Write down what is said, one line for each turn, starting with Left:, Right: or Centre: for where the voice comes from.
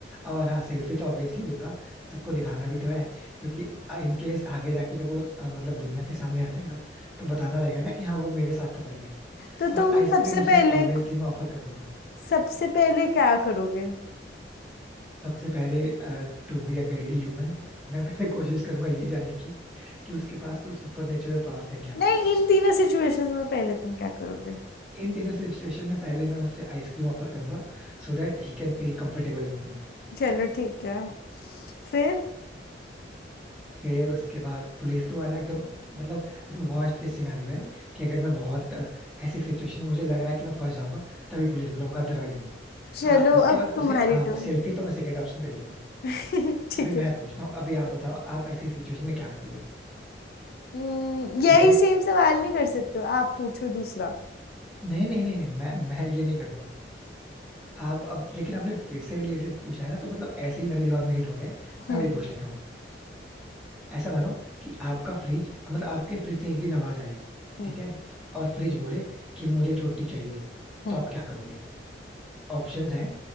Centre: और हाँ सेल्फी तो ऑब्वियसली लूंगा सबको दिखाना भी तो है क्योंकि इन केस आगे जाके जब वो अ, मतलब दुनिया के सामने आ जाएगा तो बताना रहेगा ना कि हाँ वो मेरे साथ था पहले
Left: तो तुम
Centre: और आइसक्रीम
Left: सबसे
Centre: उसे
Left: पहले
Centre: ऑब्वियसली मैं ऑफर कर दूंगा
Left: सबसे पहले क्या करोगे
Centre: सबसे पहले to be a greedy human मैं पहले कोशिश करूंगा ये जानने की कि उसके पास कुछ सुपर नेचुरल पावर्स है क्या
Left: नहीं इन तीनों सिचुएशंस में पहले तुम क्या करोगे
Centre: इन तीनों सिचुएशन में पहले मैं उसे आइसक्रीम ऑफर करूंगा so that he can feel comfortable with me
Left: चलो ठीक है फिर
Centre: फिर उसके बाद पुलिस तो वाला एकदम मतलब एकदम वर्स्ट केस सिनारियो है कि अगर मैं बहुत अ, ऐसी सिचुएशन में मुझे लग रहा है कि मैं फंस जाऊंगा तभी पुलिस बुलाऊंगा अदरवाइज नहीं
Left: चलो
Centre: हाँ उसके
Left: अब
Centre: बाद
Left: तुम्हारी
Centre: उसे
Left: टर्न
Centre: सेल्फी तो मैं सेकंड ऑप्शन पे ले लूंगा
Left: <laughs> ठीक
Centre: अभी
Left: है
Centre: मैं पूछता हूँ अभी आप बताओ आप ऐसी सिचुएशन में क्या करोगे
Left: हम्म, यही
Centre: ठीक है
Left: सेम सवाल नहीं कर सकते हो आप पूछो दूसरा
Centre: नहीं नहीं नहीं नहीं मैं मैं ये नहीं करूंगा आप अब लेकिन आपने फ्रिज से रिलेटेड पूछा है ना तो मतलब ऐसे ही मेरे दिमाग में हिट हो गया है,
Left: हम्म
Centre: मैं वही पूछ लेता हूँ ऐसा मानो कि आपका फ्रिज मतलब आपके फ्रिज से एक दिन आवाज आए
Left: हम्म
Centre: ठीक है और फ्रिज बोले कि मुझे छुट्टी चाहिए
Left: हम्म
Centre: तो आप क्या करोगे ऑप्शंस हैं